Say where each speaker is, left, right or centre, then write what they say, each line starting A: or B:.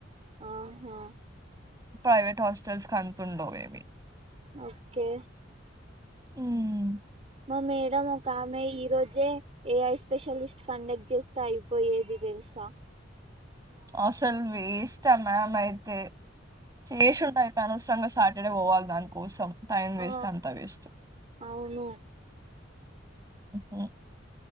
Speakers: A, on the right; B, on the right.
A: ఆహా
B: ప్రైవేట్ హాస్టల్స్ అంత ఉండవు ఏమి
A: ఓకే
B: మ్మ్
A: మా మేడం ఒకామె ఈ రోజే ఏఐ స్పెషలిస్ట్ కండక్ట్ చేస్తే అయిపోయేది తెలు సా
B: ఆసలు వేస్ట్ ఆ మ్యామ్ అయి తే చేసి ఉంటె అయిపై అనవసరంగా సాటర్డే పోవాలి దానికి కోసం టైం వేస్ట్
A: ఆ
B: అంత వేస్ట్
A: అవును
B: హ్మ్.